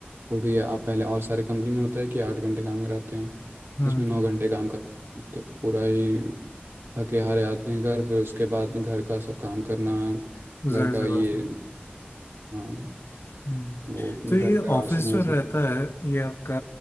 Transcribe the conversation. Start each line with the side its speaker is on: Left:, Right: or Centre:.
Right: वो भी आप पहले और सारे कंपनी में होता है कि आठ घंटे काम कराते हैं
Left: हम्म,
Right: इसमें नौ घंटे काम कराते हैं तो पूरा ही थके हारे आते हैं घर फिर उसके बाद घर का सब काम करना घर
Left: जाहिर
Right: का
Left: सी
Right: ये
Left: बात है
Right: हाँ
Left: हम्म।
Right: वो
Left: तो ये
Right: घर का
Left: ऑफिस
Right: राशन
Left: जो
Right: वाशन
Left: रहता है ये आपका